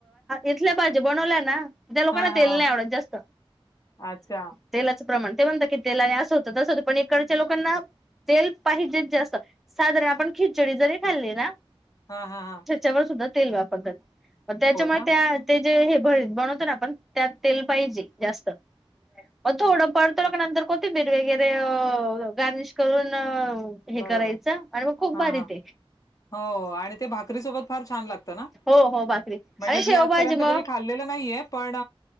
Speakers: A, in the centre; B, on the left.
A: इथल्या भाजी बनवल्या ना <unintelligible> त्या लोकांना
B: हां,
A: तेल
B: हां.
A: नाही आवडत जास्त
B: अच्छा.
A: तेलाचं प्रमाण ते म्हणं की तेलाने असं होतं तसंतं पण इकडच्या लोकांना <unintelligible> तेल पाहिजे जास्त साधारण आपण खिचडी जरी खाल्ली ना <unintelligible>
B: हा हा हा
A: त्याच्यावर सुा तेल वापरतात त्याच्यामुळे
B: ना?
A: त्या ते जे हे भ बनवतो ना आपण त्यात तेल पाहिजे जास्त <unintelligible> मग थोडं पडतो का नंतर कोती ब र वगैरे गार्निश करून हे
B: बरोबर.
A: करायचं आणि मग खूप
B: हां,
A: बारी
B: हां.
A: तेे
B: हो आणि ते भाकरी सोबत फार छान लागतं ना
A: हो हो भाकरी
B: म्हणजे
A: आणि शेवभाजी
B: मी आजपर्यंत
A: मग
B: कधी खाल्लेलं नाहीये <unintelligible> पण